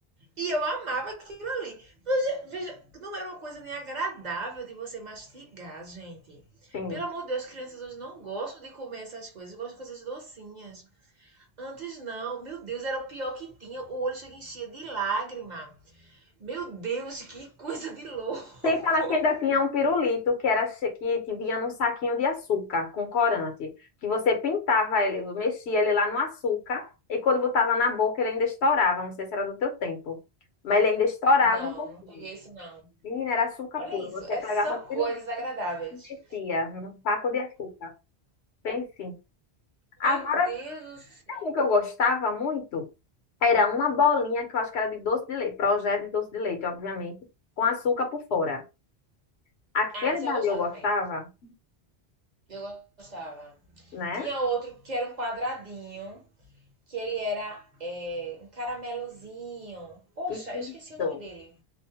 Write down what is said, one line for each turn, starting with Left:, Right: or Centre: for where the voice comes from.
Right: E eu amava aquilo ali. Veja, veja, não era uma coisa nem agradável de você mastigar, gente.
Left: Sim.
Right: Pelo amor de Deus, crianças hoje não gostam de comer essas coisas, gostam de coisas docinhas. Antes não. Meu Deus, era o pior que tinha. O olho chega e enchia de lágrima. Meu Deus, que coisa de louco.
Left: Sem falar que ainda tinha um pirulito que era che- que te vinha num saquinho de açúcar com corante, que você pintava ele, mexia ele lá no açúcar e quando botava na boca ele ainda estourava. Não sei se era do teu tempo, mas ele ainda estourava
Right: Não,
Left: um pouquinho.
Right: não peguei isso não.
Left: Menina, era açúcar
Right: Olha
Left: puro.
Right: isso,
Left: Você
Right: é
Left: pegava
Right: só
Left: o pirulito
Right: coisas agradáveis.
Left: e mexia num saco de açúcar. Pense. Agora,
Right: Meu Deus do
Left: sabe
Right: céu.
Left: um que eu gostava muito era uma bolinha que eu acho que era de doce de leite, projeto de doce de leite, obviamente, com açúcar por fora. Aquele
Right: Ah, esse
Left: dali
Right: eu gostava
Left: eu gostava,
Right: também. Eu gostava.
Left: né?
Right: Tinha outro que era um quadradinho, que ele era é, um caramelozinho. Poxa,
Left: Isso.
Right: eu esqueci o nome dele.